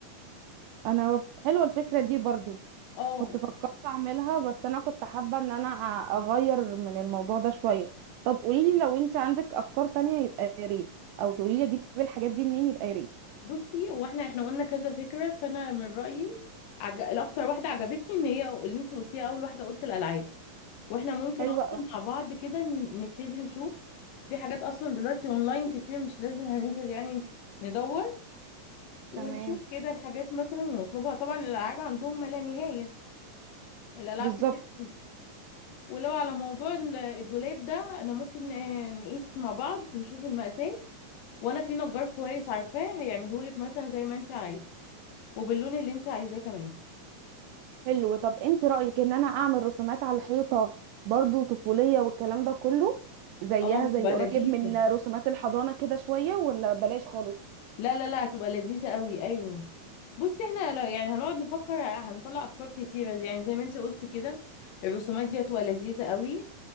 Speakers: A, on the right; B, on the left.
A: انا حلوه الفكره دي برضو
B: اه
A: كنت فكرت اعملها بس انا كنت حابه ان انا أ- اغير من الموضوع ده شويه طب قولي لي لو انت عندك افكار تانية يبقى يا ريت او تقولي لي اجيب الحاجات دي منين يبقى يا ريت
B: بصي واحنا احنا قلنا كذا فكرة فانا من رأيي عج... الاكتر واحدة عجبتني ان هي اللي انت قلتيها اول واحدة قلت الالعاب واحنا ممكن
A: حلوه
B: اصلا
A: اه
B: مع بعض كده ن- نبتدي نشوف في حاجات اصلا دلوقتي اونلاين كتير مش لازم هننزل يعني ندور ونشوف
A: تمام
B: كده الحاجات مثلا ونطلبها طبعا الالعاب عندهم ما لا نهاية الالعاب
A: بالظبط
B: كتير أوي. ولو على موضوع ال- الدولاب ده انا ممكن آه، نقيس مع بعض نشوف المقاسات وانا في نجار كويس عارفاه هيعمله لك مثلا زي ما انت عايزه وباللون اللي انت عايزاه كمان
A: حلو طب انت رايك ان انا اعمل رسومات على الحيطه برضو طفوليه والكلام ده كله زيها
B: اه
A: زي
B: تبقى
A: قريب
B: لذيذة
A: من رسومات الحضانه كده شويه ولا بلاش خالص
B: لا لا لا هتبقى لذيذة قوي ايوه بصي احنا لا- يعني هنقعد نفكر هنطلع افكار كتيره يعني زي ما انت قلت كده الرسومات دي هتبقى لذيذه قوي